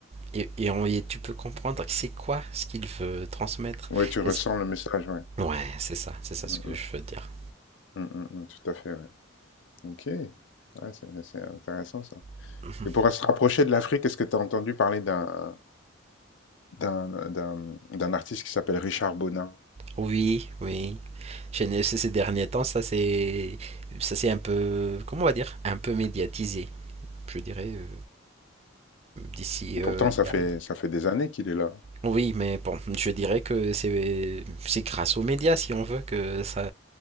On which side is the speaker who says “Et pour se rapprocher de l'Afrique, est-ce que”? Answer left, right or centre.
Left